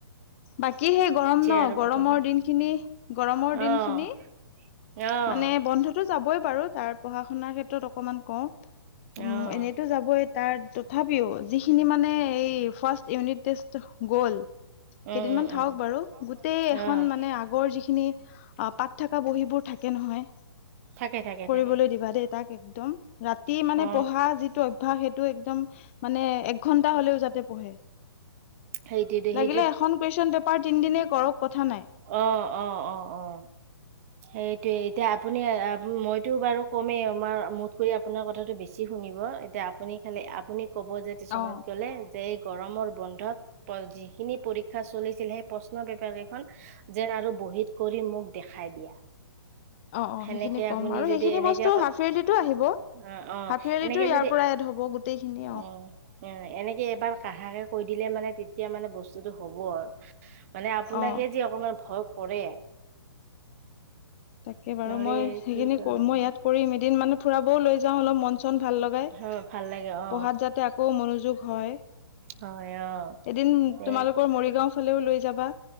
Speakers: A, on the left; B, on the right.
A: বাকী সেই গৰম ন
B: আৰু
A: গৰমৰ
B: প্ৰথম
A: দিন খিনি গৰমৰ
B: অ',
A: দিনখিনি
B: অ',
A: মানে বন্ধতো যাবই বাৰু তাৰ পঢ়া শুনাৰ ক্ষেত্ৰত অকমান কওঁ।
B: অ',
A: উম এনেইতো যাবই তাৰ তথাপিও যিখিনি মানে এই ফাৰ্ষ্ট ইউনিট টেষ্ট গ'ল।
B: উম,
A: কেইদিনমান
B: উম,
A: থাকক
B: উম,
A: বাৰু গোটেই
B: অ'।
A: এখন মানে আগৰ যিখিনি অ পাত থকা বহীবোৰ থাকে নহয়।
B: থাকে থাকে।
A: কৰিবলৈ
B: থাকে।
A: দিবা দেই তাক একদম ৰাতি মানে
B: অ'।
A: পঢ়া যিটো অভ্যাস সেইটো একদম মানে এক ঘণ্টা হ'লেও যাতে পঢ়ে।
B: সেইটটো
A: লাগিলে
B: সেই
A: এখন কুৱেশ্যন পেপাৰ তিনিদিনে কৰক কথা নাই
B: অ অ অ অ সেই। এতিয়া আপুনি মইতো বাৰু কমেই আমাৰ মোত কৰি আপোনাৰ কথাটো বেছি শুনিব এতিয়া। আপুনি খালি আপুনি ক'ব যে টিচনত
A: অ
B: গ'লে যে এই গৰমৰ বন্ধত যি খিনি পৰীক্ষা চলিছিল সেই প্ৰশ্ন পেপাৰ কেইখন যেন আৰু বহীত কৰি মোক দেখাই দিয়া।
A: অ অ
B: সেনেকে
A: সেইখিনি কম
B: আপুনি
A: আৰু
B: যদি
A: সেইখিনি
B: এনেকে
A: বস্তু হাফেলিতো আহিব।
B: অ অ
A: হাফ ইয়াৰলিতো
B: এনেকে
A: ইয়াৰ
B: যদি
A: পৰা এড হ'ব গোটেইখিনি
B: অ এনেকে এবাৰ কহাকে কৈ দিলে মানে তেতিয়া মানে বস্তুতটো হ'ব আৰু মানে আপোনাকে
A: অ
B: যি অকমান ভয় কৰে।
A: তাকে বাৰু
B: নহ'লে
A: মই সেইখিনি
B: কি কম
A: মই ইয়াত কৰিম এদিন মানে ফুৰাবও লৈ যাওঁ অলপ মন চন ভাল লগাই।
B: হয় ভাল লাগে অ
A: পঢ়াত যাতে আকৌ মনোযোগ হয়।
B: অ হয় অ
A: এদিন
B: দে
A: তোমালোকৰ মৰিগাঁও ফালেও লৈ যাবা